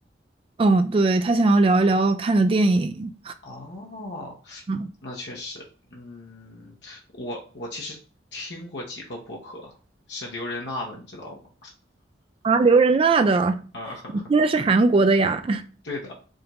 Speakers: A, on the right; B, on the left.
A: 哦，对，他想要聊一聊看的电影。
B: 哦，
A: 嗯，
B: 那确实，嗯，我我其实听过几个播客，是刘仁娜的，你知道吗？
A: 啊，刘仁娜的，
B: 啊、<laughs>
A: 你听的是韩国的呀，
B: 对的，